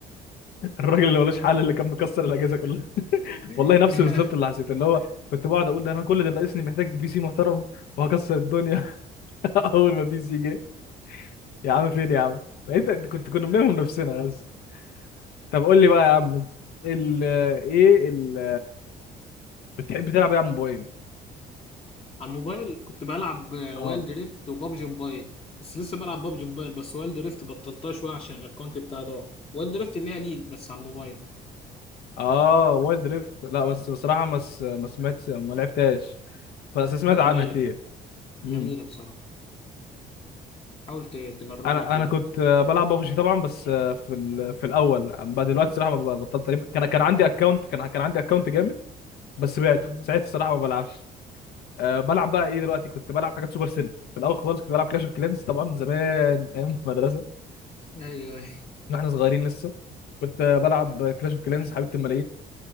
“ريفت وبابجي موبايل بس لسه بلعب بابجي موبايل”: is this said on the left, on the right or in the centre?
Left